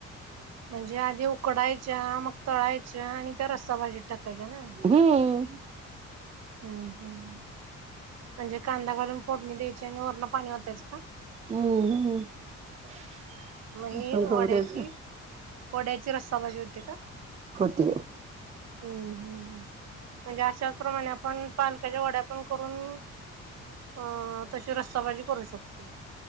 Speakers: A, on the right (about 60°); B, on the right (about 25°).
A: म्हणजे आधी उकडायच्या मग तळायच्या आणि त्या रस्ता भाजीत टाकायच्या ना...
B: हम्म
A: हम्म हम् म्हणजे कांदा घालून फोडणी द्यायची आणि वरण पाणी ओतायच का...
B: हम्म हम्मसख
A: मग ही
B: उसळी
A: वड्याची
B: होऊ द्यायचं...
A: वड्याची रस्सा भाजी होते का
B: हो त्या...
A: हम्म हम्म् म्हणजे अशाच प्रमाणे... पण पालकाच्या वड्या पण करून... अं तशी रस्सा भाजी करू शकतोय!